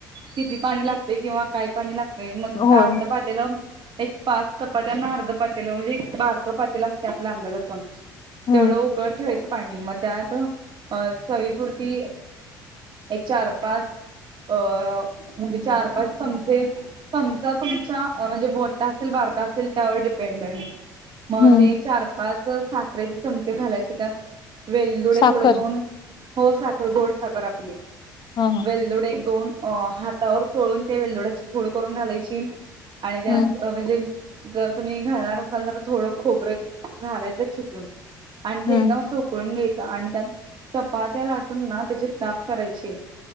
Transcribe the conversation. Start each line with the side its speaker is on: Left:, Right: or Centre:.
Right: किती पाणी लागते, किंवा काय पाणी लागते. मग
Left: होय
Right: अर्ध पा त्यान एक पाच चपात्यांना अर्ध पातेलं म्हणजे एक बारक पातेल असते आपल अंदाजाच
Left: हम्म
Right: तेवढं उकळत ठेवायचं पाणी, मग त्यात अ चवीपुरती. एक चार पाच अं.. म्हणजे चार पाच चमचे. चमचा तुमचा अ म्हणजे, मोठा असेल बारका असेल त्यावर डिपेन्डाय. म
Left: हम्म
Right: ते चार पाच साखरेचे चमचे घालायचे त्यात वेलदुडे
Left: साखर
Right: थोडे दोन, हो साखर गोडसाखर आपली.
Left: हा हा
Right: वेलदोडे एक दोन अ हातावर चोळून ते वेलदोड्याची फूड करून घालायची आणि त्यात
Left: हम्म
Right: अ. म्हणजे जर तुम्ही घालणार असाल तर, थोडं खोबरं घालायचं खिसून. आणि ते
Left: हम्म
Right: एकदम अस उकळून घ्यायच आणि त्यात चपात्या लाटून ना त्याचे काप करायचे